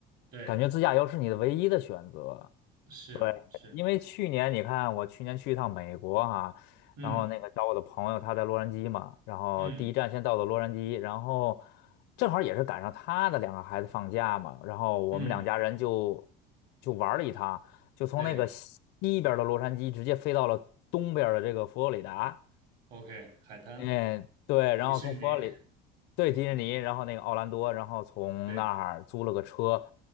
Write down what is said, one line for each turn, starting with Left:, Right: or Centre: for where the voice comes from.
Right: 对，
Left: 感觉自驾游是你的唯一的选择。
Right: 是是，
Left: 对，因为去年你看，我去年去一趟美国哈、
Right: 嗯
Left: 然后那个找我的朋友，他在洛杉矶嘛，然后第一站先到的洛杉矶，
Right: 嗯
Left: 然后正好也是赶上他的两个孩子放假嘛，然后我们两家人就
Right: 嗯。
Left: 就玩了一趟，就从那个西边的洛杉矶直接飞到了东边的这个佛罗里达，
Right: 对，OK，海滩，
Left: 嗯，对，然后从佛罗里，
Right: 迪士尼，
Left: 对，迪士尼，
Right: 嗯，
Left: 然后那个奥兰多，然后从那儿租了个车，
Right: 对，